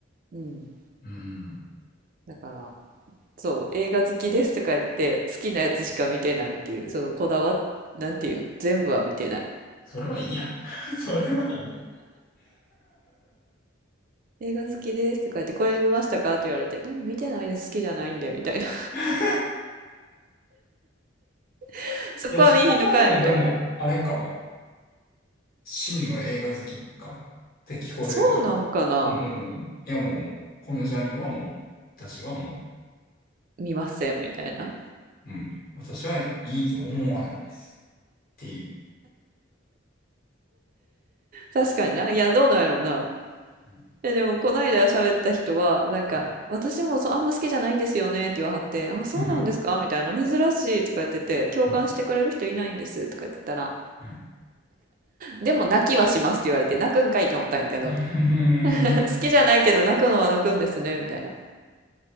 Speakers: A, on the right; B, on the left.
A: うん。
B: うん。
A: だから、そう、映画好きですとか言って、好きなやつしか見てないっていう、そのこだわ、なんていうん、全部は見てない。
B: それはいいや。<laughs> それはいい
A: 映画好きですとか言って、これ見ましたかって言われて、うん、見てないです、好きじゃないんで、みたいな。
B: <laughs>
A: <laughs> そこは見ひんのかい、
B: いや、その方がでも、
A: みたいな。
B: あれかも。真の映画好きかも。って聞こえる。
A: そうなんかな
B: うん。いやもう、このジャンルはもう、私はも
A: 見ません、みたいな。
B: う、うん。私はいいと思わないです。っていう。
A: 確かにな。いや、どうなんやろうな。
B: うん
A: え、でも、こないだ喋った人は、なんか、
B: うん。
A: 私もそう、あんま好きじゃないんですよねって言わはって、あ、そうなんですかみたいな、
B: うん。
A: 珍しいとか言ってて、共感してくれる人いないんですとか言ってたら、
B: うん。うん。
A: でも泣きはしますって言われて、泣くんかいって思ったんやけど、
B: うん。
A: <laughs> 好きじゃないけど泣くのは泣くんですね、みたいな。